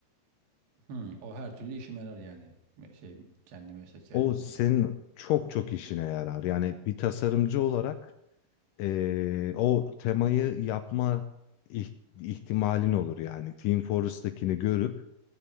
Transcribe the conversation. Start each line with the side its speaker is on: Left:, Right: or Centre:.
Right: Hı, o her türlü işime yarar yani. Me- Şey kendi mesleki
Left: O
Right: hayatımda
Left: senin
Right: da.
Left: çok çok işine yarar. Yani bir tasarımcı olarak ee, o temayı yapma ih- ihtimalin olur yani. Team Fortress'takini görüp